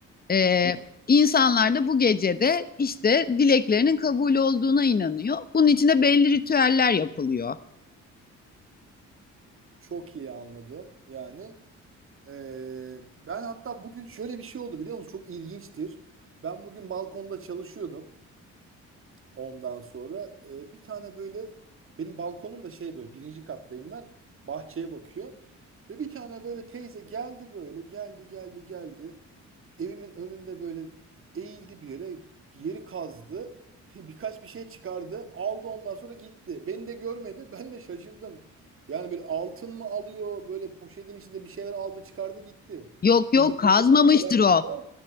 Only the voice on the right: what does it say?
Hı hı. Hı hı.
Çok iyi anladım yani. Ee, ben hatta bugün şöyle bir şey oldu biliyor musun? Çok ilginçtir. Ben bugün balkonda çalışıyordum. Ondan sonra e, bir tane böyle benim balkonum da şey böyle birinci kattayım ben bahçeye bakıyor. Ve bir tane böyle teyze geldi böyle geldi geldi geldi. Evimin önünde böyle eğildi bir yere yeri kazdı. <laughs> Birkaç bir şey çıkardı aldı ondan sonra gitti. Beni de görmedi ben de şaşırdım. Yani böyle altın mı alıyor böyle poşetin içinde bir şeyler aldı çıkardı gitti.
Bunun
hızıyla alakası
var mı?